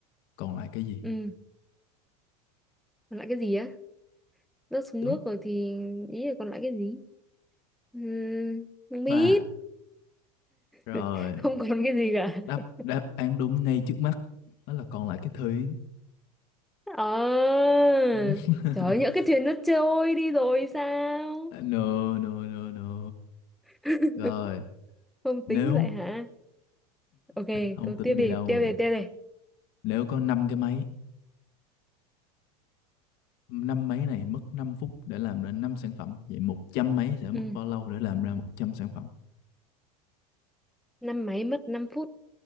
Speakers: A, on the left; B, in the centre.
A: còn lại cái gì
B: ừ, còn lại cái gì á rớt xuống
A: đúng
B: nước rồi thì ý là còn lại cái gì ừ, không biết
A: ba rồi
B: <laughs> không còn cái gì cả
A: đáp
B: <laughs>
A: đáp án đúng ngay trước mắt đó là còn lại cái thủy
B: ờ
A: <laughs>
B: trời ơi, nhỡ cái thuyền nó trôi đi rồi sao
A: no no no no
B: <laughs>
A: rồi
B: không
A: nếu
B: tính vậy hả ok
A: không
B: câu
A: tính
B: tiếp đi
A: vậy đâu
B: tiếp đi tiếp đi
A: nếu có 5 cái máy năm máy này mất 5 phút để làm ra năm sản phẩm vậy 100 máy sẽ mất
B: ừ.
A: bao lâu để làm ra 100 sản phẩm
B: năm máy mất 5 phút